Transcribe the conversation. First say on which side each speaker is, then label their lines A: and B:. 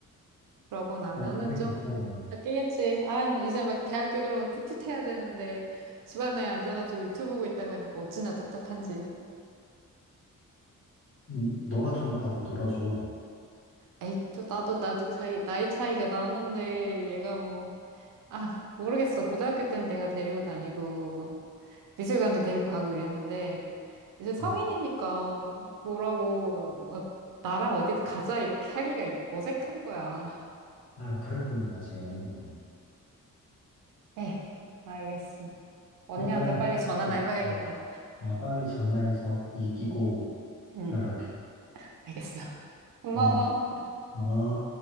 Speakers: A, on the right; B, on the left.
A: 그러고 나면은
B: 그냥 그게
A: 좀
B: 급하면
A: 바뀌겠지. 아, 이제 막 대학교 들어서 풋풋해야 되는데 집안에 앉아가지고 유튜브 보고 있다고 하니까 어찌나 답답한지.
B: 음, 너가 좀 가서 놀아줘.
A: 에이, 또 나도 나도 차이, 나이 차이가 나는데 얘가 뭐, 아, 모르겠어. 고등학교 때는 내가 데리고 다니고 뭐 미술관도 데리고 가고 이랬는데 이제 성인이니까
B: 아,
A: 뭐라고 뭐 나랑 어디 가자 이렇게 하기가 어색한 거야.
B: 아 그래 보면 아직 애는 같은데.
A: 에 알겠어. 언니한테
B: 일단은
A: 빨리
B: 빨리
A: 전화나 해봐야겠다.
B: 음, 어, 빨리 전화해서 이기고
A: 응, 응,
B: 연락해.
A: 알겠어. 고마워.
B: 어, 어.